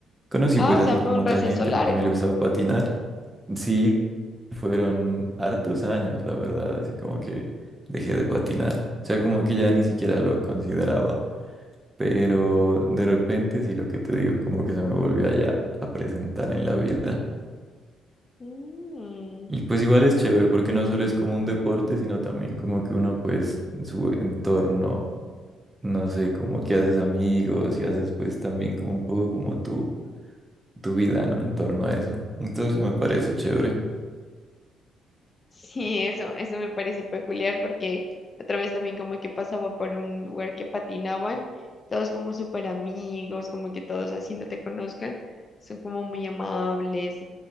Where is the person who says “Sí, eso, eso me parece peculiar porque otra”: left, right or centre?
Left